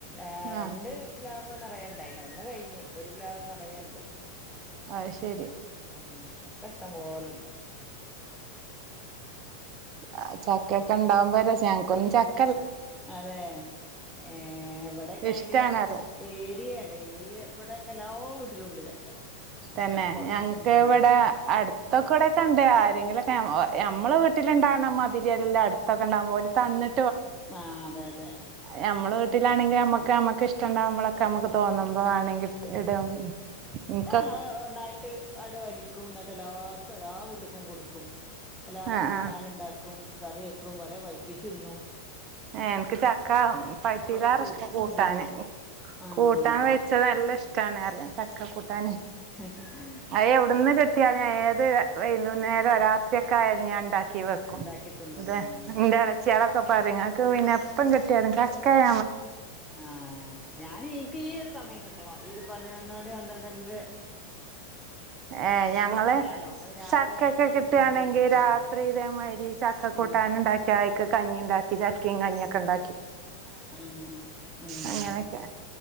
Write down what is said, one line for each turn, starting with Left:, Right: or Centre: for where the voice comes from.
Centre: ആ രണ്ട്
Right: ആഹ്
Centre: പ്ലാ <unintelligible> നറയണ്ടായിനി ഒന്ന് കഴിഞ് ഇപ്പൊരു പ്ലാവ് നറയണ്ട്
Right: ആഹ്ശരി
Centre: ഉം ചക്ക ഇഷ്ട്ടപോലുണ്ട്
Right: ആ ചക്കൊക്കെണ്ടാവുമ്പോ രസ ഞങ്ങക്കൊന്ന് ചക്ക
Centre: അതേ ഏ ഇവിടൊക്കെ
Right: ഇഷ്ടാണ്
Centre: അയിന്റെ
Right: അറിയ
Centre: ഏരിയാണ് ഈ ഇവിടെയൊക്കെ എല്ലാ വീട്ടിലുണ്ട് ചക്ക ഇഷ്ടം
Right: തന്നെ
Centre: പോലെ
Right: ഞങ്ങക്ക്
Centre: ഉം
Right: ഇവിടെ അടുത്തൊക്കൂടൊക്കെ ഉണ്ടേ ആരെങ്കിലൊക്കെ ഞമ്മളെ വീട്ടിലിണ്ടാവ്ണ മാതിരിയല്ല അടുത്തൊക്കെണ്ടാവുമ്പോ ഓല് തന്നി
Centre: ആ അതെ അതെ
Right: ഞമ്മളെ വീട്ടിലാണെങ്കി നമ്മക്ക് നമ്മക്കിഷ്ടംണ്ടാവുമ്പളൊക്കെ നമ്മക്ക് തോന്നു മ്പോവാണങ്കിൽ ഇടും ഉം
Centre: അത്‌ ഓ ഒന്നായിട്ട് ആണ്ട് വലിക്കും ന്ന്ട്ടെല്ലാ ആർക്കും എല്ലാ വീട്ട്ക്കും കൊടുക്കും എല്ലാരും
Right: ആഹ്
Centre: കൂട്ടാന്ണ്ടാക്കും
Right: ആഹ്
Centre: കറി വെക്കും കൊറെ പൈപ്പിച്ച്ന്നും
Right: ഏൻക്ക് ചക്ക പൈത്തിയിലാറിഷ്ട
Centre: കൊറെ പൊരിച്ചും
Right: കൂട്ടാന്
Centre: തിന്നും ആഹ്
Right: കൂട്ടാൻ വെച്ച നല്ല ഇഷ് ടാണറിയ ചക്ക കൂട്ടാന്
Centre: ഉ
Right: അ എവിടന്ന് കെട്ടിയാ ഞാൻ ഏത് വൈുന്നേരം രാത്രിയ ഒക്കെ ആയാലും ഞാൻ ഉണ്ടാക്കി ക്കെ വെക്കും
Centre: ഉണ്ടാക്കി തിന്നുലേ
Right: അത
Centre: ആഹ്
Right: എളച്ചി അളക്ക പറയും ഞാ കനെപ്പം കെട്ടിയലും കക്കായ
Centre: ആഹ ഞാൻ എനിക്ക് ഈ ഒരു സമയം കിട്ടണം ഈ ഒരു പതിനൊന്ന് മണി പന്ത്രണ്ട് രണ്ട്
Right: ഏ ഞങ്ങള്
Centre: സമയാണല്ലോ നമ്മള് രാവിലെ
Right: ചക്കൊക്കെ
Centre: ചായ കുടിച്ചാ
Right: കിട്ടുകയാണെങ്കി
Centre: പിന്നെ ഒന്നും കഴിക്കണില്ലല്ലോ
Right: രാത്രി ഇതേമാതിരി ചക്ക കൂട്ടാന
Centre: ആഹ്
Right: ഉണ്ടാക്കിക്ക് കഞ്ഞി ഉണ്ടാക്കി ചക്കയും കഞ്ഞിയൊക്കെ കണ്ട
Centre: മ് മ്
Right: അങ്ങനെയൊക്കെ